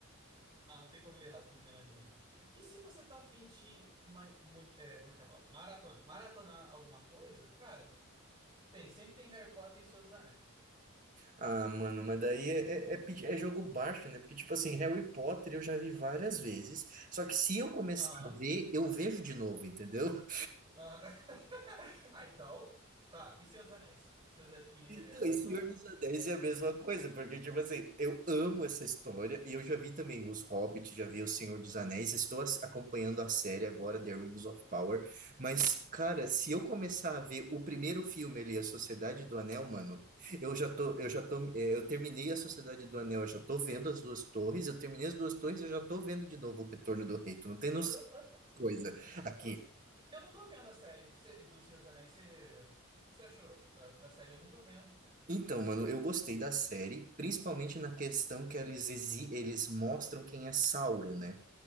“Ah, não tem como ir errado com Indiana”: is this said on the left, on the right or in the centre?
Right